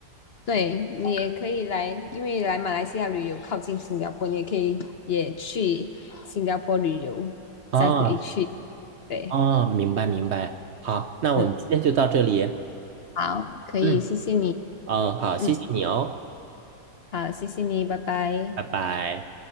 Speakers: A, on the left; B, on the right.
A: 对，你也可以来，因为来马来西亚旅游靠近新加坡，你也可以也去新加坡旅游，
B: 啊
A: 再回去。对，
B: 啊，明白明白。好，那我们今天就到这里。
A: 嗯，好，可以，
B: 嗯，
A: 谢谢你。
B: 哦，好，
A: 嗯，
B: 谢谢你哦。
A: 好，谢谢你，拜拜。
B: 拜拜。